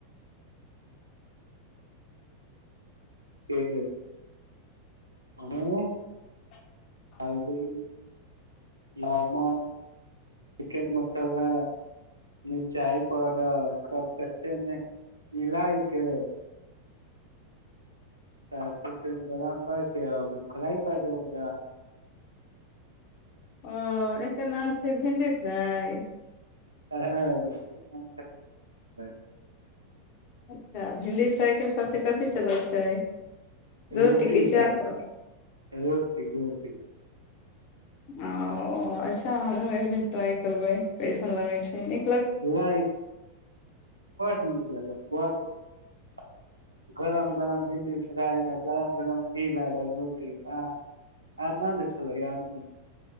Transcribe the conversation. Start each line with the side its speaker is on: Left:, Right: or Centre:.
Right: के ह <inaudible>
Left: <unintelligible>
Right: हलदि नमस चिकेन मसाला मिरचाइ पाउडर सब कच्चे मे मिलइके चार स बदाम कर छै खरा क
Left: ओ एकर नाम छै भिणडी फ्राइ
Right: ह च
Left: अच्छा भिण्डी फ्राइके साथी कथी चलै छै रोटीके
Right: रोटी
Left: चावल
Right: चलते रोटी रोटी
Left: ओ अच्छा अू एकदिन टारय करबोै कैसन लगै छै नहि
Right: बोरा छै ल बो ची <inaudible> गरम गरम भिणडी फ्राय गरम गरम की ल रोटीप आनन्द छल य आन्द